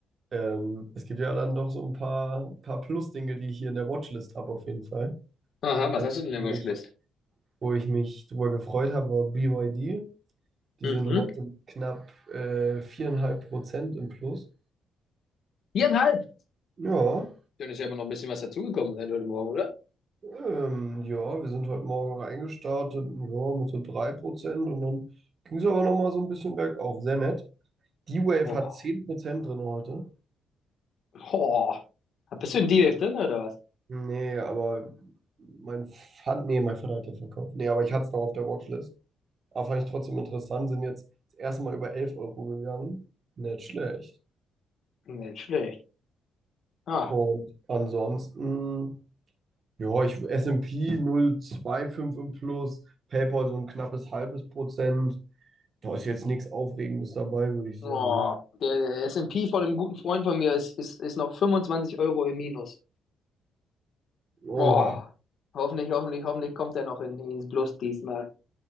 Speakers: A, on the right; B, on the left.
A: ähm, es gibt ja dann doch so ein paar, paar Plus-Dinge, die ich hier in der Watchlist habe, auf jeden Fall.
B: Aha, was
A: Also,
B: hast du denn in
A: mich,
B: der Watchlist?
A: wo ich mich drüber gefreut habe, war BYD. Die
B: Mhm.
A: sind heute mit knapp äh, 4,5 Prozent im Plus.
B: Viereinhalb.
A: Ja.
B: Dann ist ja immer noch ein bisschen was dazugekommen seit heute Morgen, oder?
A: Ähm, ja, wir sind heute Morgen reingestartet, ja, mit so 3% und dann ging es aber nochmal so ein bisschen bergauf. Sehr nett. D-Wave
B: Oh,
A: hat 10% drin heute.
B: oh. Bist du in D-Wave drin oder was?
A: Nee, aber mein Vater, nee, mein Vater hat ja verkauft. Nee, aber ich hatte es noch auf der Watchlist. Aber fand ich trotzdem interessant, sind jetzt das erste Mal über elf Euro gegangen. Nicht schlecht.
B: Nicht schlecht. Ah.
A: Und ansonsten, ja, ich S und P null S&P 0,25 und plus, PayPal so ein knappes halbes Prozent, Da ist jetzt nichts Aufregendes dabei, würde ich
B: Oh,
A: sagen.
B: der, der S&P von einem guten Freund von mir ist, ist, ist noch 25 Euro im Minus.
A: Oha.
B: Oh, hoffentlich, hoffentlich, hoffentlich kommt er noch in den Plus diesmal.